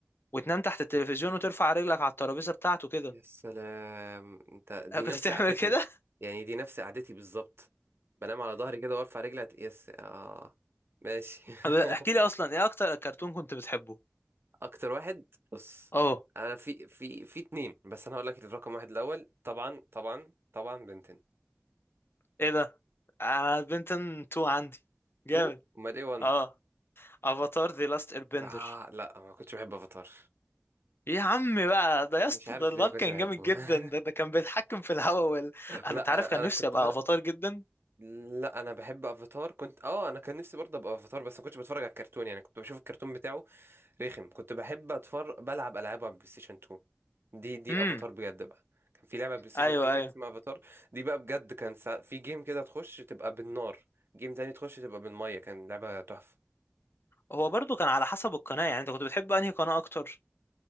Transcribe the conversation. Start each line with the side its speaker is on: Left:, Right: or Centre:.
Left: وتنام تحت التلفزيون وترفع رجلك على الترابيزه بتاعته كده
Right: يا سلام انت دي
Left: <laughs> أنا كنت
Right: نفس
Left: بتعمل
Right: قعدتي
Left: كده
Right: يعني دي نفس قعدتي بالظبط بنام على ظهري كده وارفع رجلي أت- يس اه ماشي
Left: طب احكي
Right: <laughs>
Left: لي اصلا ايه اكتر كرتون كنت بتحبه
Right: اكتر واحد بص
Left: اه
Right: انا في في في اتنين بس انا هقول لك الرقم واحد الاول طبعا طبعا طبعا بنتين
Left: ايه ده انا بنتن 2 عندي جامد
Right: تو امال ايه وان
Left: اه افاتار ذا لاست ايربندر
Right: اه لا ما كنتش بحب افاتار
Left: يا عمي بقى ده يا اسطى
Right: مش عارف
Left: ده الواد
Right: ليه ما كنتش
Left: كان
Right: بحبه
Left: جامد جدا
Right: <laughs>
Left: ده ده كان بيتحكم في الهواء وال... انا
Right: لا
Left: انت عارف
Right: انا
Left: كان
Right: أنا
Left: نفسي
Right: كنت
Left: ابقى
Right: بلعب
Left: افاتار جدا
Right: لا انا بحب افاتار كنت اه انا كان نفسي برضه ابقى افاتار بس ما كنتش بتفرج على الكرتون يعني كنت بشوف الكرتون بتاعه رخم كنت بحب اتفرج بلعب العاب على البلاي ستيشن 2 دي دي
Left: امم
Right: افاتار بجد بقى كان في لعبه على البلاي ستيشن
Left: ايوه
Right: 2 كده
Left: ايوه
Right: اسمها افاتار دي بقى بجد كان سا... في جيم كده تخش تبقى بالنار جيم تاني تخش تبقى بالميه كان لعبه تحفه
Left: هو برضو كان على حسب القناه يعني انت كنت بتحب انهي قناه اكتر